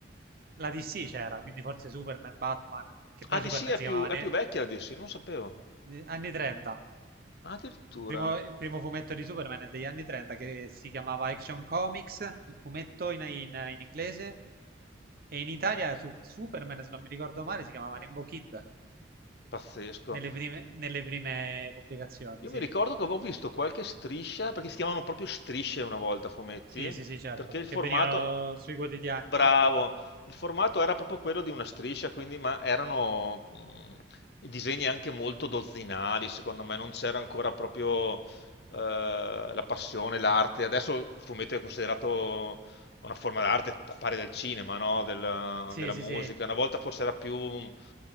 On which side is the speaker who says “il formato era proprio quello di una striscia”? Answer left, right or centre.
Left